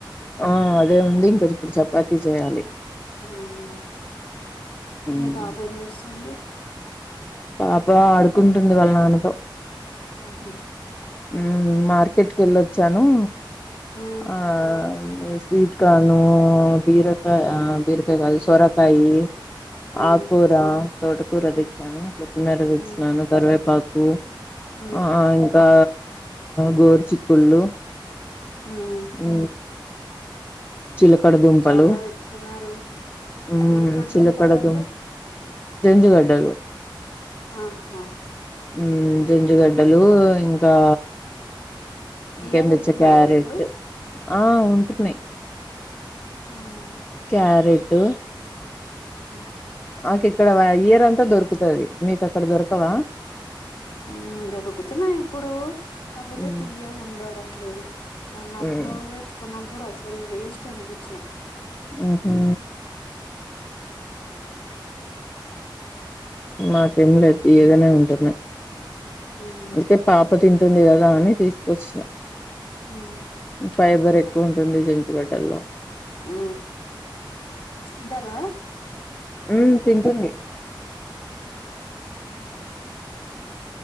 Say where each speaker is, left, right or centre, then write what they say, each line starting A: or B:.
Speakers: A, on the left; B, on the left.
A: ఆ అదే ఉంది ఇంక ఇప్పుడు చపాతీ చేయాలి
B: మ్మ్
A: ఉమ్.
B: మీ పాపేమ్ చేస్తుంది
A: పాప ఆడుకుంటుంది వాళ్ళ నాన్నతో
B: హ్మ్ హు
A: హ్మ్ మార్కెట్ కెళ్ళొచ్చాను
B: హ్మ్
A: ఆ స్వీట్ కార్నూ బీర ఆ బీరకాయ్ కాదు సోరకాయి
B: మ్మ్
A: ఆకూర తోటకూర
B: మ్మ్
A: దెచ్చాను కొత్తిమీర తెచ్చినాను
B: మ్మ్
A: కరివేపాకు
B: మ్మ్
A: ఆ ఇంకా గోరు చిక్కుళ్ళు
B: హ్మ్
A: ఆ చిలకడ దంపలు
B: చాలా తెచ్చుకున్నారు
A: హ్మ్
B: చిలక్కడ
A: చిలకడదుం
B: దుంపలు అంటే
A: జంజుగడ్డలు
B: ఆహా
A: హ్మ్ జంజుగడ్డలు ఇంకా ఇంకేం
B: తీయగుంటున్నాయా
A: దెచ్చ క్యారెట్
B: ఇప్పుడు
A: ఆ ఉంటున్నయ్
B: మ్మ్
A: క్యారెటు
B: ము
A: మాకిక్కడ ఇయర్ అంతా దొరుకుతయ్ మీకక్కడ దొరకవా
B: హ్మ్ దొరుకుతున్నయ్ ఇప్పుడు కాక్పోతే
A: ఉమ్
B: తియ్యగుండడం లేదు మొన్న ఒక్క
A: ఉమ్
B: రోజు తెచ్చుకున్నప్పుడు అసలు వేస్ట్ అనిపిచినయ్
A: హ్మ్ హు
B: కా
A: నాకేం లేదు తియగనే ఉంటున్నాయి
B: మ్మ్
A: అందుకే పాప తింటుంది కదా అని తీసుకొచ్
B: మ్
A: ఫైబర్ ఎక్కువ ఉంటుంది జంచుగడ్డల్లో
B: ఆ తీంటదా
A: మ్ తింటుంది
B: మ్